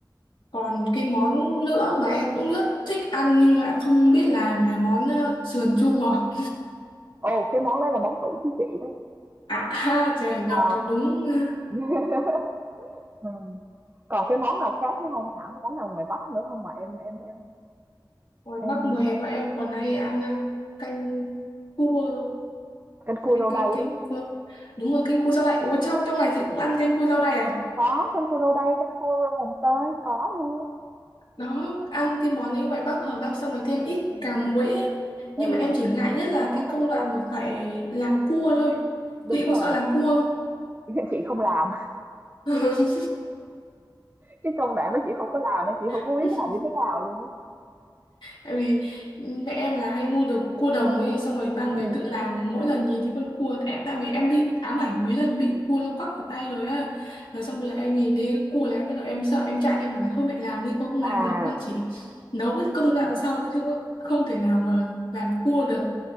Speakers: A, on the left; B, on the right.
A: Còn cái món nữa mà em cũng rất thích ăn nhưng lại không biết làm là món ờ, sườn chua ngọt.
B: Ồ, cái món đấy là món tủ của chị đấy.
A: À, <laughs> trời gặp
B: Ờ.
A: được đúng ờ,
B: <laughs> Ừm. Còn cái món nào khác nữa không Thảo? Có món nào ngoài Bắc nữa không mà em em em
A: Ngoài
B: em
A: Bắc mùa hè
B: ờ,
A: bọn em còn hay ăn à, canh cua
B: canh cua
A: canh
B: rau
A: canh
B: đay
A: canh
B: đúng không?
A: cua đúng rồi canh cua rau đay ủa trong trong này chị cũng ăn canh cua rau đay à
B: Có canh cua rau đay, canh cua rau mồng tơi có luôn.
A: đó ăn cái món đấy ngoài Bắc hợp ăn xong rồi thêm ít
B: Ừ,
A: cà muối ấy.
B: ừ,
A: nhưng mà em chỉ ngại nhất là
B: có
A: cái
B: mắm
A: công
B: tôm.
A: đoạn mà phải làm cua thôi
B: Đúng
A: chị
B: rồi,
A: có sợ làm cua
B: <laughs> chị không làm.
A: không
B: Cái công đoạn đó chị không có làm nên chị không
A: <laughs>
B: có biết làm như thế nào luôn á.
A: tại vì mẹ em là hay mua được cua đồng ấy xong rồi mang
B: Ừ.
A: về tự làm mỗi lần nhìn thấy con cua tại, tại vì em bị ám ảnh mấy lần bị cua nó quắp vào tay rồi á rồi xong bây giờ em nhìn thấy cua là em bắt đầu em sợ em chạy em bảo là thôi mẹ làm đi con không
B: À,
A: làm đâu con chỉ nấu cái công
B: nhưng
A: đoạn sau thôi chứ không thể nào mà làm cua được